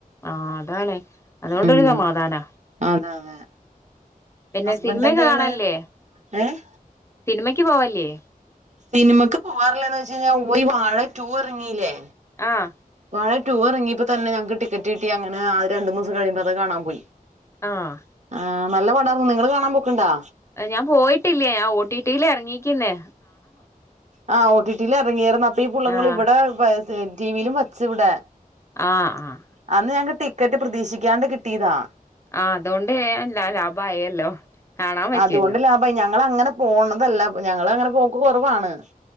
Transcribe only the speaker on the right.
ഉം
അതെ അതെ
ഹസ്ബൻഡ്
എന്ത് ചെയ്യണ്
ഏഹ്
സിനിമക്ക് പോവാറില്ലെന്ന് ചോദിച്ച് കഴിഞ്ഞാ ഇപ്പയി വാഴ ടൂ ഇറങ്ങില്ലേ
വഴ ടൂ ഇറങ്ങിയപ്പോ തന്നെ ഞങ്ങക്ക് ടിക്കറ്റ് കിട്ടി അങ്ങനെ ആ രണ്ടു മൂന്ന് ദിവസം കഴിയുമ്പോ അത് കാണാൻ പോയി
ആഹ് നല്ല പട്ടാന്ന് നിങ്ങള് കാണാൻ പോക്ക്ണ്ടോ
ആ ഓ ടി ടിൽ ഇറങ്ങിയിരുന്നു അപ്പ ഈ പുള്ള്ങ്ങൾ
ഇവിടെ ടിവിയിലും വച്ച് ഇവിടെ
അന്ന് ഞങ്ങക്ക് ടിക്കറ്റ് പ്രതീക്ഷിക്കാണ്ട് കിട്ടിയതാ
അതുകൊണ്ട് ലാഭം ആയി ഞങ്ങ അങ്ങനെ പോണതല്ല ഞങ്ങ അങ്ങനെ പോക്ക് കുറവാണ്